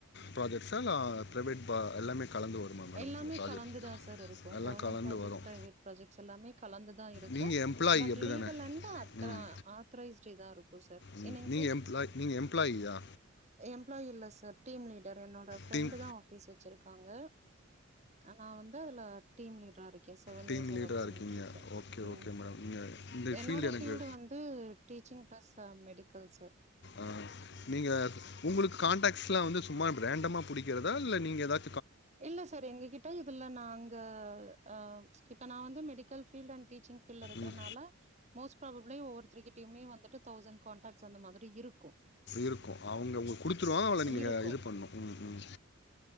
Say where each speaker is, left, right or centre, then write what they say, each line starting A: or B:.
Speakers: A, on the left (about 55°); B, on the right (about 35°).
A: ப்ராஜெக்ட்ஸா இல்ல பிரைவேட் பா எல்லாமே கலந்து வருமா மேடம்
B: எல்லாமே
A: உங்க ப்ராஜெக்ட்?
B: கலந்துதான் சார் இருக்கும்
A: எல்லாம்
B: கவர்மண்ட்
A: கலந்து
B: ப்ராஜெக்ட்ஸ்
A: வரும்.
B: பைவேட் ப்ராஜெக்ட்ஸ் எல்லாமே கலந்துதா இருக்கும்
A: நீங்க எம்ப்ளாயி
B: பட்
A: அப்படிதானே?
B: லீகல் அண்ட் அத்
A: ம்,
B: ஆத்தரைஸ்ட் இதான் இருக் கு சார்
A: ம்.
B: என்னங்
A: நீங்க
B: சார்
A: எம்ப்ளாய் நீங்க எம்ப்ளாயியா?
B: எம்ப்ளாயி இல்ல சார் டீம் லீடர் என்னோட ஃப்ரெண்டு
A: டீம்
B: தான் ஆபீஸ் வச்சிருக்காங்க நான் வந்து அதுல டீம் லீடரா இருக்கேன் செவன்
A: டீம்
B: இயர்ஸா
A: லீடராக
B: ஒர்க் பண்ணிட்டு
A: இருக்கீங்க
B: இருக்கேன்
A: ஓகே
B: ம்
A: ஓகே மேடம் நீங்கள் இந்த
B: என்னோட
A: எனக்கு
B: ஃபீல்டு வந்து டீச்சிங் ப்ளஸு மெடிக்கல் சார்
A: ஆ நீங்க உங்களுக்கு கான்டாக்ஸ் எல்லாம் வந்து சும்மா பிரேண்டமா புடிக்கிறதா இல்ல நீங்க ஏதாவ
B: இல்ல சார் எங்ககிட்ட இதுல நான் அங்க ஆஹ் இப்ப நான் வந் மெடிக்கல் ஃபீல்டு அண்டு டீச்சிங் ட்ல இருக்கிறனால
A: ம்
B: மோஸ்ட் ப்ராபப்ளி ஒவ்வொருத்தருக் டுயுமே வந்துட்டு தௌசண்ட் கான்டாக்ட்ஸ் அந்த மாதிரி இருக்கும்
A: இருக்கும் அவுங்க உங்களுக் குடுத்துருவாங்க அவுங்கள நீங்க
B: இருக்கு
A: இது பண்ணணும் உம் உம்